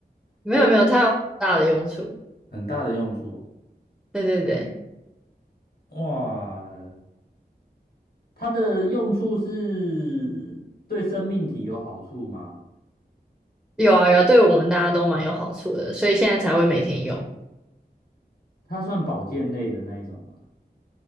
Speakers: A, in the centre; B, on the left.
A: 没有没有，
B: 所以
A: 它有大的用处，
B: 很大的用处哦。
A: 对对对。
B: 哇，它的用处是对生命体有好处吗？
A: 有啊有啊，对我们大家都蛮有好处的，所以现在才会每天用，
B: 它算保健类的那一种吗？